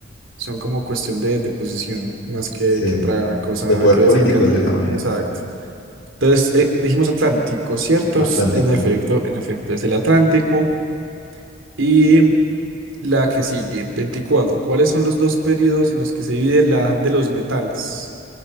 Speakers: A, on the right; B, on the left.
A: Son como cuestión de, de posición más que,
B: Sí,
A: que otra
B: sí.
A: cosa
B: De poder
A: que
B: político,
A: de cercanía.
B: de cierta manera.
A: Exacto. Entonces, eh, dijimos Atlántico, ¿cierto?
B: Atlántico,
A: En efecto,
B: sí. <laughs>
A: en efecto, es el Atlántico. Y la que sigue, 24. ¿Cuáles son los dos periodos en los que se divide la edad de los metales?